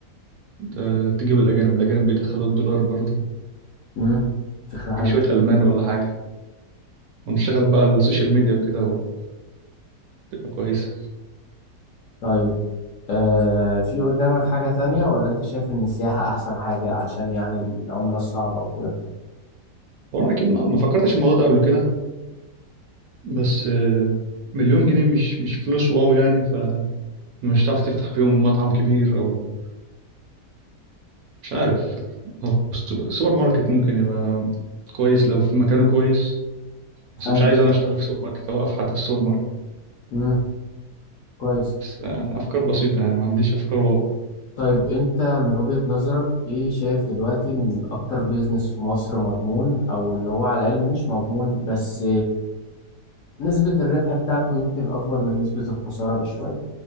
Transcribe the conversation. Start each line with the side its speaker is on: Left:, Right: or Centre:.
Right: أه، تجيب الأجانب الأجانب بيدخلوا الدولار برضه
Left: امم فكرة
Right: تجيب
Left: حلوة
Right: شوية ألمان ولا حاجة ونشتغل بقى السوشيال ميديا وكده وتبقى كويسة
Left: طيب آه في قدامك حاجة تانية ولا انت شايف ان السياحة احسن حاجة عشان يعني العملة الصعبة وكده
Right: هو أنا أكيد ما ما فكرتش في الموضوع ده قبل كده بس أه، مليون جنيه مش مش فلوس واو يعني فمش هتعرف تفتح بيهم مطعم كبير أو مش عارف هو السوبر السوبر ماركت ممكن يبقى كويس لو في مكانه كويس بس
Left: ايوه
Right: مش عايز أنا أشتغل في سوبر ماركت أو أوقف حد في السوبر ماركت
Left: امم كويس
Right: بس يعني أفكار بسيطة يعني ما عنديش أفكار
Left: طيب انت من وجهة نظرك ايه شايف دلوقتي ان اكتر بيزنس في مصر مضمون او اللي هو على الاقل مش مضمون بس نسبة الربح بتاعته يمكن اكبر من نسبة الخسارة بشوية